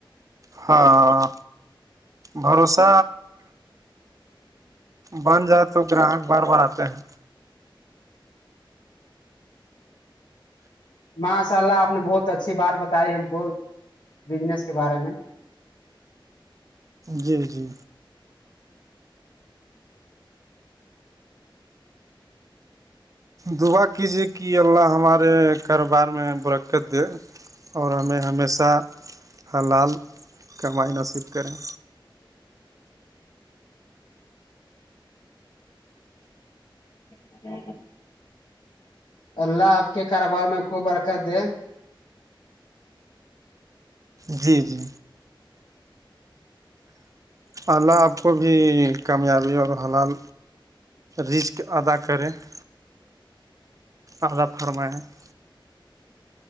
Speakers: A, on the right (about 40°); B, on the left (about 65°).
A: ہاں بھروسہ بن جائے تو گراہک بار بار آتے ہیں
B: ماشاء اللہ آپ نے بہت اچھی بات بتائی ہم کو بجنس کے بارے میں
A: جی جی دعا کیجیے کہ اللہ ہمارے کاروبار میں برکت دے اور ہمیں ہمیشہ حلال کمائ نصیب کریں
B: جی اللہ آپ کے کاروبار میں خوب برکت ہے
A: جی جی الہ آپ کو بھی کامیابی اور حلال رسک ادا کریں <unintelligible> آذا فرمائیں <unintelligible>